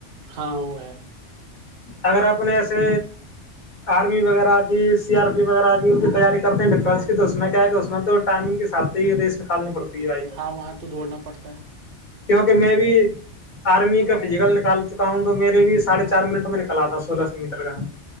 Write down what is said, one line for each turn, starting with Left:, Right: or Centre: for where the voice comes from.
Right: ہاں وہ ہے
Left: اگر آپ نے ایسے آرمی وغیرہ کی سی آر پی وغیرہ کی ان کی تیاری کرتے ہیں ڈیفینس کی تو اس میں کیا ہے کہ اس میں تو ٹائمنگ کے حساب سے ہی ریس نکالنی پڑتی ہے بھائی
Right: ہاں وہاں تو دوڑنا پڑتا ہے
Left: کیونکہ میں بھی آرمی کا فزیکل نکال چکا ہوں تو میرے بھی ساڑھے چار منٹ میں نکال تھا سولہ سو میٹر کا